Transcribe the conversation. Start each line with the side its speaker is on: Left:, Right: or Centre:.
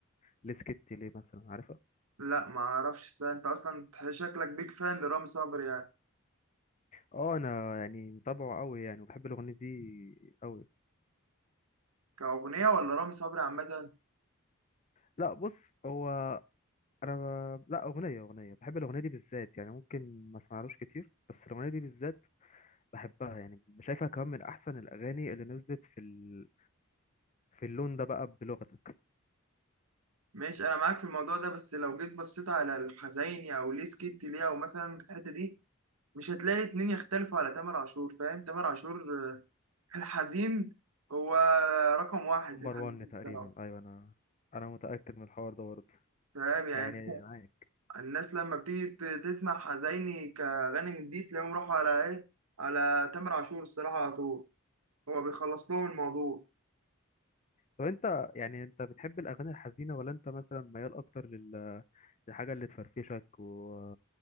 Left: ليه سكتي ليه مثلا عارفها
Right: لا ما اعرفش الصراحة. انت اصلا تح- شكلك بيج فان لرامي صبري يعني
Left: اه انا يعني متابعه قوي يعني وبحب الاغنيه دي قوي
Right: كأغنية ولا رامي صبري عامة
Left: لا بص هو انا ب... لا اغنيه اغنيه بحب الاغنيه دي بالذات يعني ممكن ما اسمعلوش كتير بس الاغنيه دي بالذات بحبها يعني شايفها كمان من احسن الاغاني اللي نزلت في ال... في اللون ده بقى بلغتك
Right: ماشي انا معاك في الموضوع ده بس لو جيت بصيت على الحزيني او ليه سكت ليه او مثلا الحتة دي مش هتلاقي اتنين يختلفوا على تامر عاشور فاهم تامر عاشور آه، في الحزين هو رقم واحد
Left: نمبر
Right: في الحزين
Left: 1
Right: الصراحة
Left: تقريبا ايوه انا انا متاكد من الحوار ده برضه
Right: فاهم يعني
Left: يعني
Right: <laughs>
Left: معاك
Right: الناس لما بتيجي ت- تسمع حزيني كغني جديد تلاقيهم راحوا على ايه على تامر عاشور الصراحة على طول هو بيخلص لهم الموضوع
Left: طب انت يعني انت بتحب الاغاني الحزينه ولا انت مثلا ميال اكتر لل- للحاجه اللي تفرفشك و...